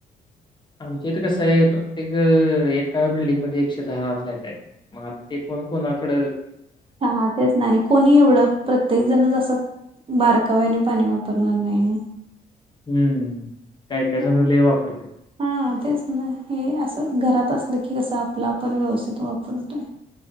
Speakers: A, on the left (about 25°); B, on the right (about 30°).
A: आमचे इथ कसं आहे प्रत्येक एका बिल्डिंगमध्येध्ये एकशे दहा फ्लॅट आहेत मग आता ते कोण कोणाकड
B: हा तेच नाही कोणी एवढं प्रत्येक ण बारकाव्याने पाणी वापरणार नाही ना
A: हम्म काय काय
B: त्या-
A: जणलं हे वापरतेत
B: हा तेच ना हे घरात असलं की कस आपलं आपण व्यवस्थित वापरतोय